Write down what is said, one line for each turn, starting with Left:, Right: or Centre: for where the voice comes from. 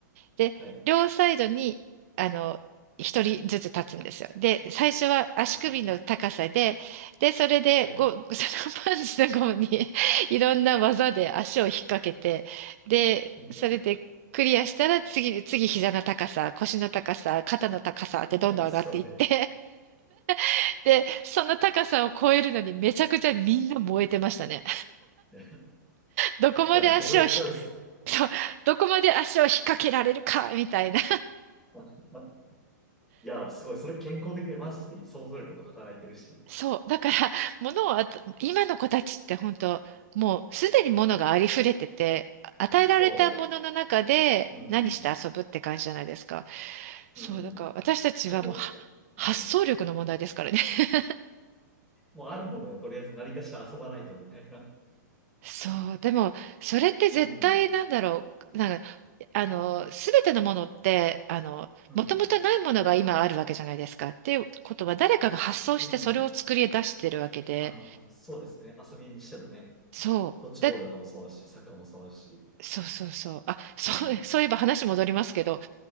Right: で、
Centre: はい。
Right: 両サイドに、あの、一人ずつ立つんですよ。で、最初は足首の高さで、
Centre: うーん。
Right: で、それで、
Centre: はい。
Right: こう、<laughs> そのパンチのゴムに <laughs> いろんな技で足を引っ掛けて、で、
Centre: <laughs>
Right: それでクリアしたら次、
Centre: な、
Right: 次膝の高さ、腰の高さ、肩の高さってどんどん上がっていって、
Centre: 何それ。
Right: <laughs> で、その高さを超えるのにめちゃくちゃみんな燃えてましたね。
Centre: <laughs> い
Right: どこまで足をひ、
Centre: や、子供っぽいっすね。
Right: そう、どこまで足を引っ掛けられるか、みたいな。
Centre: <laughs> いや、すごい。それ健康的でマジで想像力も働いてるし。
Right: そう。だから、<laughs> 物をあと、今の子たちって本当、もうすでに物がありふれてて、与えられたものの中で何して遊ぶって感じじゃないですか。
Centre: そう。うん。
Right: そう。
Centre: うん。
Right: だから、私たちはもうは、
Centre: でも、
Right: 発想力の問題ですからね。
Centre: ねえ。
Right: <laughs>
Centre: もうあるものでとりあえず何かしら遊ばないとみたいな。
Right: そう。でも、それって絶対なんだろう。
Centre: うん。
Right: なんか、あの、すべてのものって、あの、
Centre: うん。
Right: もともとないものが今あるわけじゃないですか。っていうことは、誰かが発想してそれを作り出してるわけで、
Centre: うん。まあまあまあ、そうですね。遊びにしてもね、
Right: そう。
Centre: ドッジボールとかもそうだし、
Right: だ
Centre: サッカーもそうだし、
Right: そうそうそう。あ、そう、
Centre: うん。
Right: <laughs> そういえば話戻りますけど、